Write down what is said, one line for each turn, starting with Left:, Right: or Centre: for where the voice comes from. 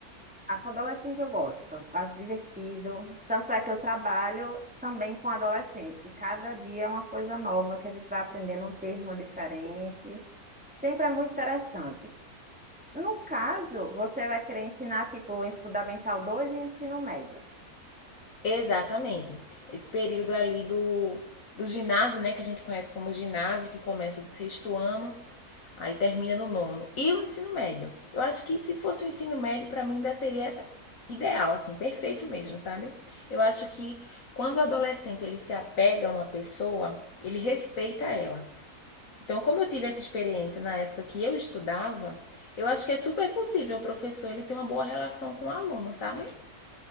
Centre: A com adolescente eu gosto, acho divertido. Tanto é que eu trabalho também com adolescente. Cada dia é uma coisa nova que a gente vai aprendendo um termo diferente. Sempre é muito interessante. No caso, você vai querer ensinar, tipo, em Fundamental 2 e ensino médio.
Left: Exatamente. Esse período ali do, do ginásio, né, que a gente conhece como ginásio, que começa do sexto ano, aí termina no nono. E o ensino médio. Eu acho que se fosse o ensino médio, para mim ainda seria ideal, assim, perfeito mesmo, sabe? Eu acho que quando o adolescente ele se apega a uma pessoa, ele respeita ela. Então, como eu tive essa experiência na época que eu estudava, eu acho que é super possível o professor ele ter uma boa relação com o aluno, sabe?